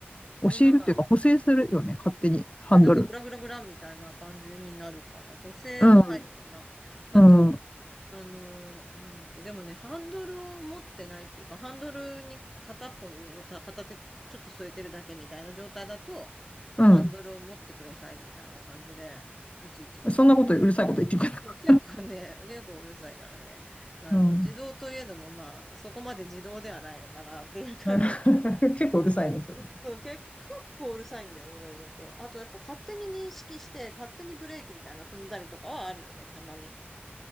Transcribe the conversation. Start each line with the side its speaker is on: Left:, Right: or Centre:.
Left: 教えるっていうか、
Centre: え、なんか、
Left: 補正するよね、勝手に、ハンドル。
Centre: え、なんかグラグラグラみたいな感じになるかな。補正も入るかな。
Left: うん、
Centre: あと、
Left: うん、
Centre: あのーなんだっけ、でもね、ハンドルを持ってないっていうか、ハンドルに片っぽの、た片手ちょっと添えてるだけみたいな状態だと、
Left: うん。
Centre: ハンドルを持ってくださいみたいな感じで、いちいちなんかね。
Left: そんなことうるさいこと言ってくるた
Centre: そう、結構ね、<laughs> 結構うるさいからね。あの、
Left: うん
Centre: 自動といえども、まあ、そこまで自動ではないのかなっていう感じはする。
Left: <laughs>。結構うるさいね、それね。
Centre: そう、結結構うるさいんだよ、いろいろと。あと、やっぱ勝手に認識して、勝手にブレーキみたいな踏んだりとかはあるよね、たまに。